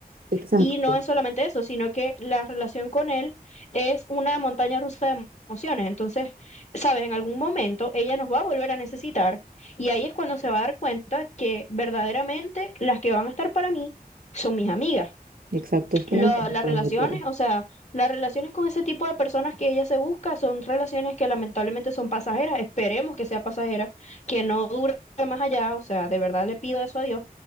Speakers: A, on the right; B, on the left.
A: exacto,
B: Y no es solamente eso, sino que la relación con él es una montaña rusa de emociones. Entonces, ¿sabes? En algún momento ella nos va a volver a necesitar y ahí es cuando se va a dar cuenta que verdaderamente las que van a estar para mí son mis amigas
A: exacto, es que
B: la-
A: no me parece
B: las relaciones,
A: muy claro.
B: o sea, las relaciones con ese tipo de personas que ella se busca son relaciones que lamentablemente son pasajeras, esperemos que sea pasajera, que no dure más allá, o sea, de verdad le pido eso a Dios,